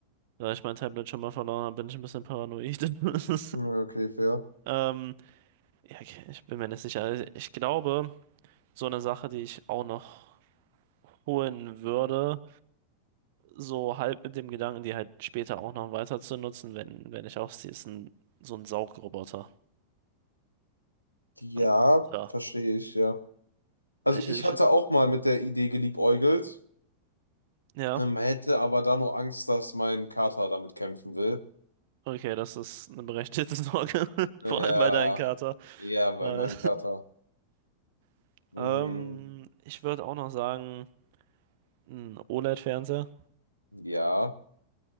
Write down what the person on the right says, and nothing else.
da ich mein Tablet schon mal verloren habe, bin ich ein bisschen paranoid. <laughs>
Ähm, ja, okay, ich bin mir nicht sicher. Also Ich glaube, so eine Sache, die ich auch noch holen würde, so halb mit dem Gedanken, die halt später auch noch weiter zu nutzen, wenn, wenn ich ausziehe, ist ein, so ein Saugroboter.
Ein guter.
Ich,
ich,
ja,
okay, das ist eine berechtigte <laughs> Sorge,
vor allem bei deinem Kater.
Äh,
<laughs>
ähm, ich würde auch noch sagen, ein OLED-Fernseher